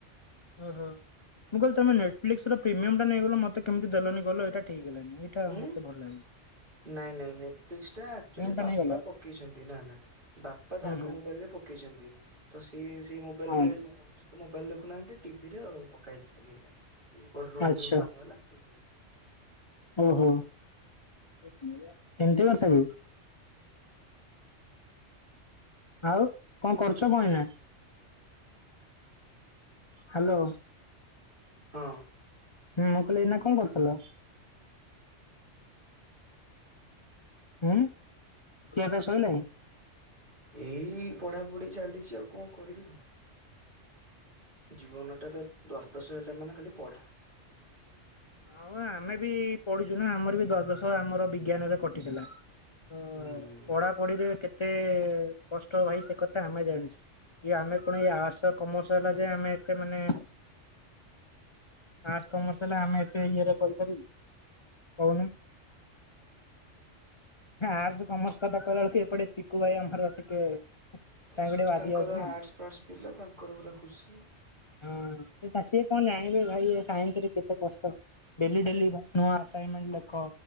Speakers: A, on the left; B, on the right.
A: ଓହୋ, ମୁଁ କହିଲି ତୋମେ ନେଟପ୍ଲିକସ୍ ର ପ୍ରିମିୟମ୍ ଟା ନେଇ ଗଲ, ମୋତେ କେମିତି ଦେଲନି କହିଲ, ଏଇଟା ଠିକ ହେଲାନି। ଏ ଟା
B: ଉଁ
A: ମୋତେ ଭଲ ଲାଗିଲା।
B: ନାଇଁ ନାଇଁ ନେଟଫ୍ଲିକ୍ସ ଟା ଏକ୍ଟୁଲି
A: ଟା
B: ବାପା
A: ନେଇଗଲ
B: ପକେଇଛନ୍ତି, ନା ନା ବା ପା ତାଙ୍କ
A: ହୁଁ ହୁଁ।
B: ମୋବାଇଲ୍ ରେ ପକେଇଛନ୍ତି, ତ ସିଏ ସେଇ ମୋବାଇଲ୍
A: ହଁ
B: ରେ <inaudible> ତ ମୋବାଇଲ୍ ଦେଖୁନାହାନ୍ତି, ଟିଭିରେ ଆଉ ପକା ହେଇଛି ଖାଲି ଏଇଟା, ଏଇ ପଟ ରୁମ୍
A: ଆଚ୍ଛା
B: ଯୋଉ କାମ ହେଲା ଟିଭିରେ
A: ଓହୋ! ଏମିତି କଥା କି? ଆଉ କଣ କରୁଛ କଣ ଏଇନା? ହ୍ୟାଲୋ।
B: ହଁ
A: ହୁଁ, ମୁଁ କହିଲି ଏଇନା କଣ କରୁଥିଲ? ଉଁ, ଖିଆପିଆ ଶୋଇଲାଣି?
B: ଏଇ ପଢାପଢି ଚାଲିଛି ଆଉ କଣ କରିବି ହୋ। ଜୀବନଟା ତ ଦ୍ୱାଦଶ ହେଲା ମାନେ ଖାଲି ପଢ଼ା।
A: ହଁ ଆମେ ବି ପଢୁଛି ନା ଆମର ବି ଦ୍ଵାଦଶ ଆମର ବିଜ୍ଞାନରେ କଟିଥିଲା। ତ
B: ହୁଁ।
A: ପଢାପଢିରେ କେତେ କଷ୍ଟ ଭାଇ ସେ କଥା ଆମେ ଜାଣିଛୁ। ଇଏ ଆମେ ଏ ଆର୍ଟ୍ସ କମର୍ସ ହେଲା ଯେ ଆମେ ଏତେ ମାନେ ଆର୍ଟସ କମର୍ସ ହେଲେ ଆମେ ସେ ଇଏରେ କରିପାରିବୁ କହୁନୁ? ହେ ଆରସ୍ କମର୍ସ କଥା
B: ହୁଁ।
A: କହିଲା ବେଳକୁ ଏପଟେ ଚିକୁୁ ଭାଇ ଆମର ଟିକେ ତାଙ୍କୁ
B: ସିଏ
A: ଟିକେ ବାଧି
B: ତାଙ୍କର
A: ଯାଉଛି ନା।
B: ଆର୍ଟ୍ସ ପାର୍ଟ୍ସ ପିଲା ତାଙ୍କର ପୁରା ଖୁସି।
A: ହଁ ଏ ତା ସିଏ କଣ ଜାଣିବେ ଭାଇ ସାଇନ୍ସ ରେ କେତେ କଷ୍ଟ। ଡେଲି ଡେଲି ନୂଆ ଆସାଇନମେଣ୍ଟ୍ ଲେଖ